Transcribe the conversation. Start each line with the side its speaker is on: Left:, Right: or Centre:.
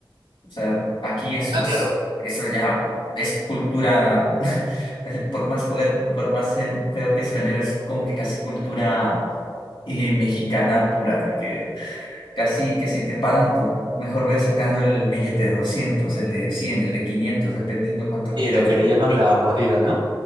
Left: O sea, aquí eso
Right: Ah,
Left: es,
Right: claro.
Left: eso ya es cultura, <laughs> por más fuerte, por más en- feo que suene, es como que casi cultura eh, mexicana pura, porque casi que si te paran, pues mejor ves sacando el billete de 200 el de 100 el de 500 dependiendo cuánto
Right: Y
Left: quiere
Right: lo
Left: el,
Right: que le llaman la mordida, ¿no?